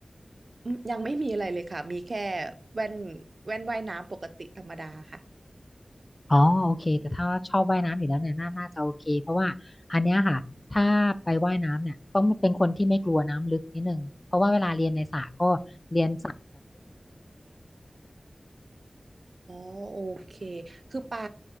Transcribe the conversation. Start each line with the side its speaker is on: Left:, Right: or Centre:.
Right: อืมยังไม่มีอะไรเลยค่ะมีแค่แว่นแว่นว่ายน้ำปกติธรรมดาค่ะ
Left: อ๋อโอเคแต่ถ้าชอบว่ายน้ำอยู่แล้วเนี่ยน่าน่าจะโอเคเพราะว่าอันเนี้ยค่ะถ้าไปว่ายน้ำเนี่ยต้องเป็นคนที่ไม่กลัวน้ำลึกนิดนึงเพราะว่าเวลาเรียนในสระก็เรียน
Right: อ๋อโอเคคือปา